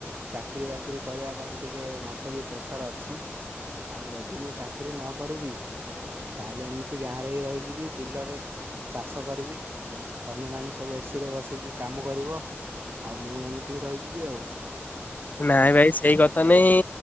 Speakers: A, on the right; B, on the left.
A: ଚାକିରି ବାକିରି କରିବା ପାଇଁ ଟିକେ ମୋତେ ବି ପ୍ରେସର୍ ଅଛି। ଆଉ ଯଦି ମୁଁ ଚାକିରି ନ କରିବି ତାହେଲେ ଏମିତି ଗାଁରେ ହିଁ ରହିଯିବି। ବିଲରେ ଚାଷ କରିବି। ତୋମେ ମାନେ ସ ସବୁ ଏ ସି ରେ ବସିକି କାମ କରିବ। ଆଉ ମୁଁ ଏମିତି ହିଁ ରହିଯିବି ଆଉ।
B: ନାଇଁ ଭାଇ ସେଇ କଥା ନାଇଁ